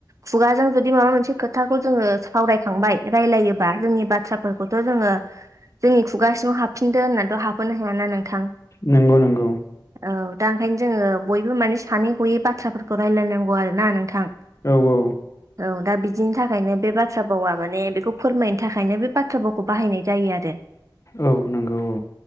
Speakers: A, on the right; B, on the left.
A: खुगाजों जुदि माबा मोनसे खोथाखौ जोङो सावरायखांबाय रायलायोबा जोंनि बाथ्राफोरखौथ' जोङो। जोंनि खुगासिङाव हाफिनदो होननानैथ' हाबहोनो हायाना नोंथां।
B: नंगौ नंगौ।
A: औ दा ओंखायनो जोङो बयबो माने सानै हयै बाथ्राफोरखौ रायजलायनांगौ आरो ना नोंथां?
B: औ औ।
A: औ दा बिदिनि थाखायनो बे बाथ्रा भावा माने बेखौ फोरमायनो थाख खायनो बे बाथ्राफावखौ बाहायनाय जायो आरो
B: औ नंगौ औ